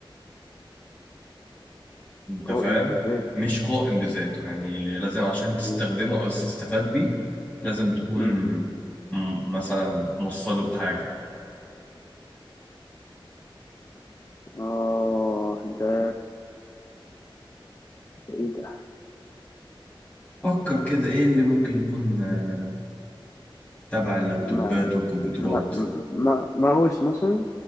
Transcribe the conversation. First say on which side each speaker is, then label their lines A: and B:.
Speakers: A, on the left (about 15°); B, on the left (about 35°).
A: انت
B: قائم
A: فاهم
B: بذاته
A: مش قائم بذاته يعني لازم عشان تستخدمه
B: مم.
A: او تستفاد بيه لازم تكون
B: مم.
A: م- مثلا موصله بحاجه
B: اه ده ده ايه ده
A: فكر كده ايه اللي ممكن يكون آه، تبع اللابتوبات
B: ما
A: والكمبيوترات
B: ما ما ماوس مثلا